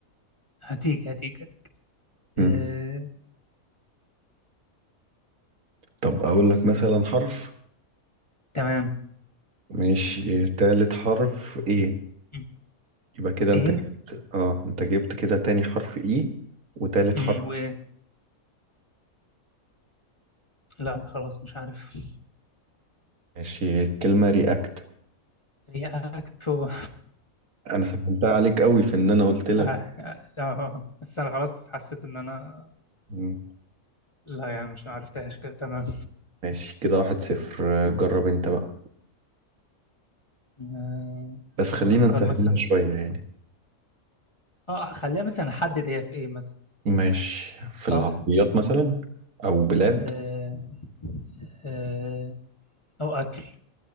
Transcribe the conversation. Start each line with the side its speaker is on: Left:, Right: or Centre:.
Left: هتيجي هتيجي هتيجي
Right: مم.
Left: آه
Right: طب اقول لك مثلا حرف
Left: تمام
Right: ماشي تالت حرف ايه
Left: م.
Right: يبقى كده انت
Left: ايه
Right: جبت اه انت جبت كده تاني حرف ايه وتالت
Left: م،
Right: حرف
Left: وايه لا خلاص مش عارف
Right: ماشي كلمة رياكت
Left: رياكت و...
Right: انا سهلتها عليك قوي في ان انا قلت لك
Left: آه آه آه. بس أنا خلاص حسيت إن أنا
Right: مم.
Left: لا يعني مش عرفتهاش كده تمام
Right: ماشي كده واحد صفر جرب انت بقى
Left: آه
Right: بس خلينا
Left: أختار
Right: نسهلها
Left: مثلا
Right: شوية يعني
Left: أه خليها مثلا أحدد هي في إيه مثلا
Right: ماشي في
Left: صح
Right: العربيات مثلا أو بلاد
Left: آه آه أو أكل